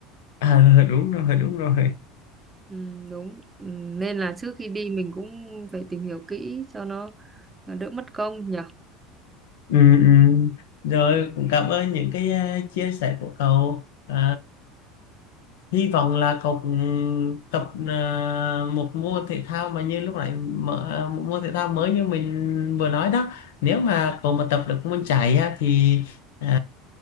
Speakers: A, on the left (about 65°); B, on the right (about 20°).
A: à <laughs> đúng rồi đúng rồi
B: ừ, đúng ừ, nên là trước khi đi mình cũng phải tìm hiểu kỹ cho nó đỡ mất công nhỉ
A: Ừ, ừ. Rồi cũng cảm ơn những cái à, chia sẻ của cậu. À, hy vọng là cậu cũng tập à, một môn thể thao mà như lúc nãy mở, à, một môn thể thao mới như mình vừa nói đó. Nếu mà cậu mà tập được môn chạy á, thì à,